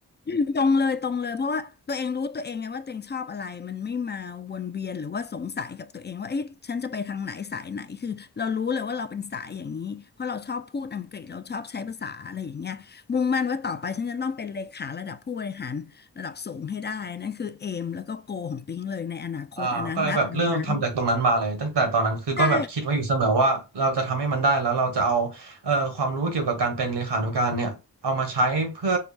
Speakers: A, on the left; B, on the right.
A: มตรงเลยตรงเลยเพราะว่าตัวเองรู้ตัวเองไงว่าตัวเองชอบอะไรมันไม่มาวนเวียนหรือว่าสงสัยกับตัวเองว่าเอ๊ะฉันจะไปทางไหนสายไหนคือเรารู้เลยว่าเราเป็นสายอย่างนี้เพราะเราชอบพูดอังกฤษเราชอบใช้ภาษาอะไรอย่างเงี้ยมุ่งมั่นว่าต่อไปฉันจะต้องเป็นเลขาระดับผู้บริหารระดับสูงให้ได้นั่นคือเอมแล้วก็โกของปิ๊งเลยในอนาคตอันนั้นณตอนนั้น
B: อ่าก็เลยแบบเริ่มทำจากตรงนั้นมาเลยตั้งแต่ตอนนั้นคือก็แบบคิดไว้อยู่เสมอว่าเราจะทำให้มันได้แล้วเราจะเอาเอ่อความรู้เกี่ยวกับการเป็นเลขานุการเนี่ยเอามาใช้เพื่อ
A: ใช่